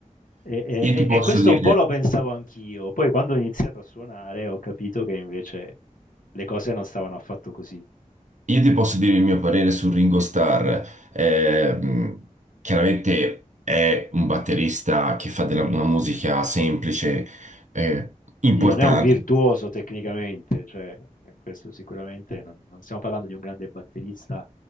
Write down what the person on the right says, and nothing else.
Io
ti posso
dire
Io ti posso dire il mio parere su Ringo Starr. Eh, mh, chiaramente è un batterista che fa della- una musica semplice, eh, importante.